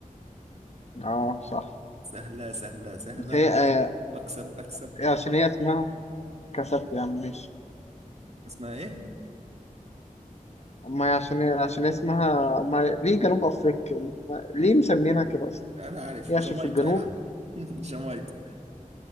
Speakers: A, on the left (about 50°); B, on the right (about 50°).
A: اه صح
B: سهلة سهلة سهلة
A: بس هي آه
B: وأكسب أكسب
A: عشان هي اسمها كسبت يا عم ماشي
B: اسمها إيه؟
A: ما هي عشان عشان اسمها ما ليه جنوب افريقيا دي؟ ما... ليه مسمينها كده اصلا
B: أنا عارف
A: هي عشان
B: جامايكا
A: في الجنوب
B: يا عم <laughs> جامايكا